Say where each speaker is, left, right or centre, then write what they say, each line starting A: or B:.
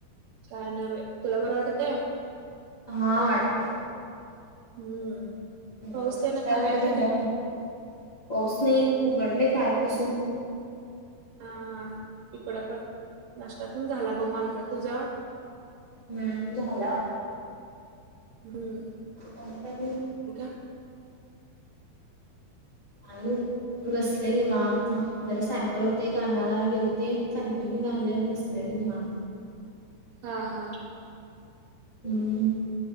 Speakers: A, on the right; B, on the left.
A: काय नाही बाई तुला बरं वाटतंय?
B: हा वाटतंय.
A: हम्म.
B: नाश्ता
A: पाऊस तेन काय
B: वगैरे
A: हाय
B: झाला
A: काय तिकडं?
B: का नाही पाऊस नाही उघडलंय कालपासून.
A: हा इकडं पण नाश्ता पण झाला बघ माझा. तुझा?
B: हम्म झाला.
A: हम्म.
B: आणि काय मग?
A: <unintelligible>
B: पाणी बसले निवांत जरा सॅम्पल होते, एक आणायला आलिवतीत सॅम्पल घेऊन आले आणि बसले. लेली निवांत.
A: हा हा.
B: हम्म.